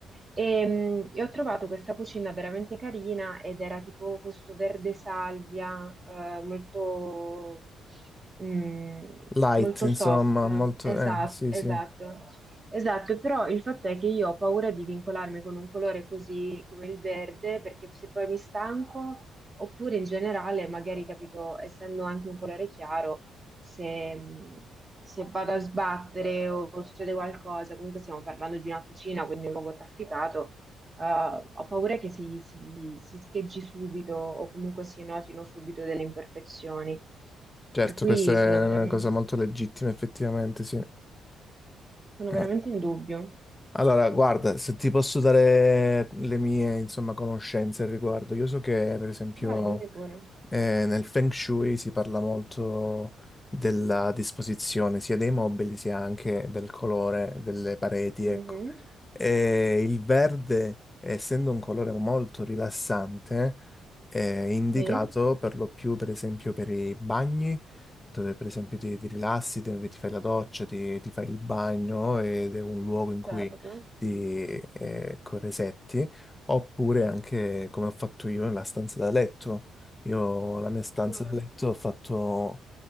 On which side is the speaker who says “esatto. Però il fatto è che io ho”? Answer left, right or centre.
Right